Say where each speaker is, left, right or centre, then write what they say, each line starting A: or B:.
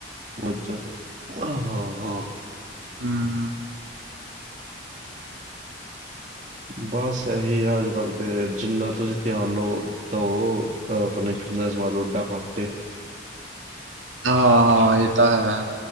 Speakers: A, on the right; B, on the right.
A: ਅੱਛਾ ਹਾਂ - ਹਾਂ।
B: ਹਮ
A: ਬਸ ਇਹੀ ਆ ਅੱਜ ਕੱਲ੍ਹ ਤਾਂ ਜਿੰਨਾ ਤੁਸੀਂ ਧਿਆਨ ਲਓ। ਤਾਂ ਉਹ ਆਪਣੇ ਫਿਟਨਸ ਵਾਲੋਂ ਡਕਾਟੇ
B: ਹਾਂ- ਹਾਂ ਇਹ ਤਾਂ ਹੈ।